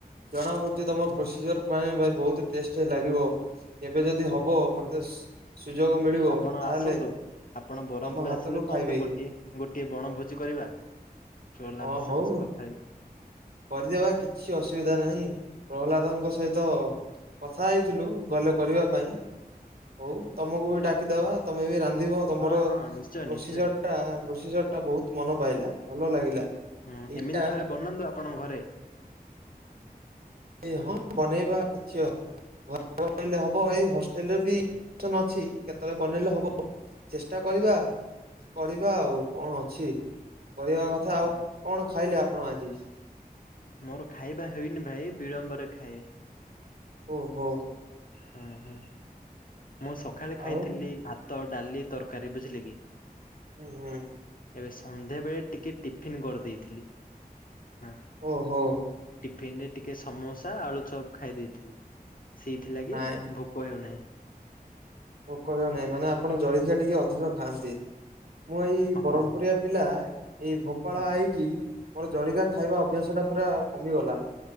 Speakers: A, on the right; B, on the left.
A: ଜଣା ପଡୁଛି ତମର
B: ହୁଁ
A: ପ୍ରୋସିଜର ଭାଇ ଭାଇ ବହୁତ ଟେଷ୍ଟ ଲାଗିବ କେବେ ଯଦି
B: ହୁଁ।
A: ହବ, ମତେ ସୁ ସୁଯୋଗ ମିଳିବ
B: ଆପଣ
A: ତାହେଲେ
B: ଆସନ୍ତୁ, ଆପଣ ବ୍ରହ୍ମପୁର
A: ତମ ହାତରୁ
B: ଆସିଲେ କୁହନ୍ତୁ
A: ଖାଇବି
B: ଗୋଟିଏ ଗୋଟିଏ ବଣଭୋଜି କରିବା, ଚୋଲାଦ
A: ହଁ ହଉ
B: ସମସ୍ତ କଥା ହେଇକି।
A: କରିଦେବା କିଛି ଅସୁବିଧା ନାହିଁ, ପ୍ରହ୍ଲାଦଙ୍କ ସହିତ କଥା ହେଇଥିଲୁ ଗଲେ କରିବା ପାଇଁ ହଉ
B: ଆଜ୍ଞା।
A: ତମକୁ ବି ଡାକିଦବା, ତମେ ବି ରାନ୍ଧିବ ତମର
B: ହଁ ହଁ ନିଶ୍ଚୟ
A: ପ୍ରୋସିଜର
B: ନିଶ୍ଚୟ
A: <unintelligible> ପ୍ରୋସିଜରଟା ବହୁତ ମନ ପାଇଲା ଭଲ ଲାଗିଲା।
B: ହୁଁ
A: ଏଇଟା
B: ଏମିତି ଥରେ ବନାନ୍ତୁ ଆପଣଙ୍କ ଘରେ?
A: <unintelligible> ହଁ ବନେଇବା କିଛି ଅ ବନେଇଲେ ହବ, ଏଇ ହଷ୍ଟେଲରେ ବି ଅପ୍ସନ୍ ଅଛି କେତେବେଳେ ବନେଇଲେ ହବ। ଚେଷ୍ଟା କରିବା,
B: ହୁଁ
A: କରିବା ଆଉ କଣ ଅଛି। କରିବା କଥା ଆଉ,
B: ହୁଁ
A: କଣ ଖାଇଲେ ଆପଣ ଆଜି?
B: ମୋର ଖାଇବା ହୋଇନି ଭାଇ, ବିଳମ୍ବରେ ଖାଏ।
A: ଓ ହୋ।
B: ହୁଁ- ହୁଁ ମୁଁ ସକାଳେ ଖାଇଥିଲି
A: ଆଉ
B: ଭା ତ, ଡାଲି, ତରକାରୀ। ବୁଝିଲେ କି?
A: ହୁଁ- ହୁଁ।
B: ଏବେ ସନ୍ଧ୍ୟାବେଳେ ଟିକେ ଟିଫିନ୍ କରିଦେଇଥିଲି। ହଁ
A: ଓହୋ
B: ଟିଫିନରେ ଟିକେ ସମୋସା, ଆଳୁଚପ ଖାଇ ଦେଇଥିଲି। ସେଇଥିଲାଗି
A: ନାଇଁ
B: ଭୋକ ହେଉନାହିଁ।
A: ଭୋକ ହେଉ ନାହିଁ, ମାନେ ଆପଣ ଜଳଖିଆ ଟିକେ ଅଧିକ ଖାଆନ୍ତି। ମୁଁ ଏଇ
B: ହଁ
A: ବରମପୁରିଆ
B: ହଁ ହଁ
A: ପିଲା ଏଇ ଭୋପାଳ
B: ଆଚ୍ଛା
A: ଆଇକି, ମୋର ଜଳିଖିଆ ଖାଇବା ଅଭ୍ୟାସଟା ପୁରା କମିଗଲା।